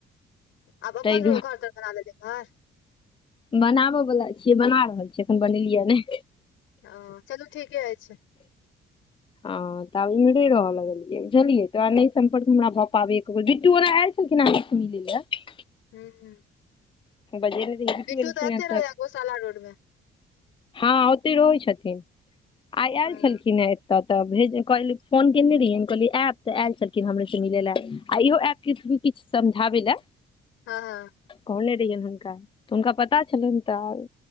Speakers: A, on the left (about 85°); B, on the left (about 25°).
A: आ अपन
B: ताहि
A: घर तर बना लेलिए घर
B: बनाब बला छियै बना रहल छियै एखन बनेलियै ने
A: हं चलू ठीके अछि
B: ह तऽब इमरे रहय लगलियै बुझलियै तोरा नहि सम्पर्क हमरा भऽ पाब एको बेर बटूरा अछि कि नहि त म लिल ला <unintelligible>
A: ह ह
B: बजेने रहियै
A: बिट्टू
B: एलखिन
A: तऽ एते
B: हँ
A: रहैय गोशाला रोड मे
B: हँ ओते रहै छथिन आइ आयल
A: हँ
B: छलखिन हेँ तऽ तऽ भेजल फोन कयने रहियैनि कहलै आयब तऽ आयल छलखिन हमरेसँ मिलै लए आ इहो ऐप के थ्रू किछु समझाबै लए
A: हँ हँ
B: कहने रहियनि हुनका तऽ हुनका पता छलनि तऽ